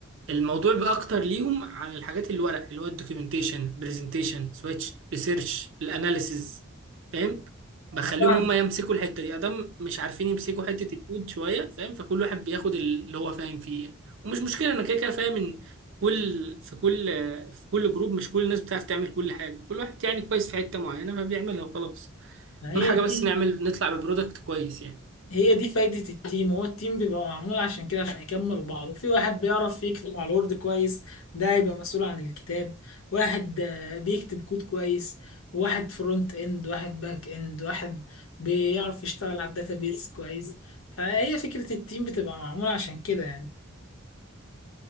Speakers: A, on the right; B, on the left.
A: الموضوع بقى اكتر ليهم على الحاجات الورق اللي هو الدوكيومنتيشن برزنتيشن سويتش ريسيرش الاناليسز فاهم بخليهم
B: أنا فاهمك
A: هم يمسكوا الحته دي ادام مش عارفين يمسكوا حته الكود شويه فاهم فكل واحد بياخد اللي هو فاهم فيه يعني ومش مشكله انا كده كده فاهم ان كل في كل في كل جروب مش كل الناس بتعرف تعمل كل حاجه كل واحد يعني كويس في حته معينه فبيعملها وخلاص
B: ما هي
A: اهم حاجه
B: دي
A: بس نعمل نطلع ببرودكت كويس يعني
B: هي دي فايدة التيم هو التيم بيبقى معمول عشان كده عشان يكمل بعض وفي واحد بيعرف يكتب على الوورد كويس ده هيبقى مسؤول عن الكتاب واحد آه، بيكتب كود كويس واحد فرونت اند واحد باك اند واحد بيعرف يشتغل على الداتابيز كويس فهي فكرة التيم بتبقى معمولة عشان كده يعني